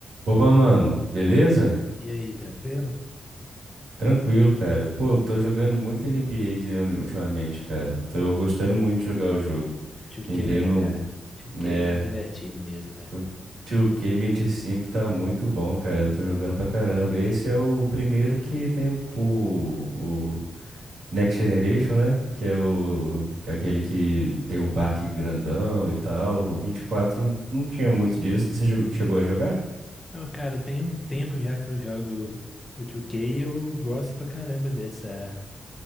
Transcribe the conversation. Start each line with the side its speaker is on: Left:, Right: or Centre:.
Right: Opa, mano, beleza?
Left: E aí, tranquilo?
Right: Tranquilo, cara. Pô, tô jogando muito NBA de- ultimamente, cara. Tô gostando muito de jogar o jogo.
Left: 2K,
Right: Entrei
Left: né,
Right: no,
Left: cara? 2K
Right: né,
Left: é muito divertido mesmo, velho.
Right: o 2K25 tá muito bom, cara. Eu tô jogando pra caramba. Esse é o primeiro que tem o, o, o Next Generation, né? Que é o, que é aquele que tem o parque grandão e tal. O 24 não não tinha muito disso. Você jo- chegou a jogar?
Left: Ô, cara, tem um tempo já que eu jogo o 2K e eu gosto pra caramba dessa